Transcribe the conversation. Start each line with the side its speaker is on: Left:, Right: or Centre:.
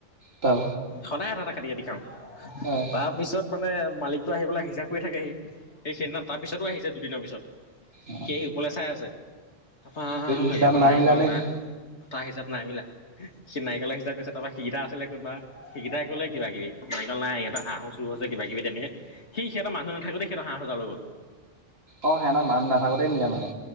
Right: তাৰ
Left: সদায় এটা এটা কাটি কাটি খাওঁ।
Right: উম
Left: তা তাৰ পিছত মানে মালিকটো আহি পেলাই হিচাপ কৰি থাকেহি। সেই সেইদিনা তাৰ পিছতো আহিছে দুদিনৰ পিছত।
Right: উম।
Left: সি ওপৰলৈ চাই আছে, তাৰপৰা
Right: হিচাপ নাই মিলা নেকি
Left: তাৰ হিচাপ নাই মিলা। সি নাৰিকল হিচাপ কৰিছে তাৰপিছত সিগিতা আছিলে কোনবা। সিগিতাই ক'লে কিবা কিবি নাৰিকল নাই ইহঁতৰ হাঁহো চুৰ হৈছে কিবা কিবি তেনেকে। সি সিহঁতৰ মানুহ নাথাকোতে সিহঁতৰ হাঁহ দুটা লৈ গ'ল।
Right: অ', হেঁতৰ মানুহ নাথাকোতেই নিলে মানে।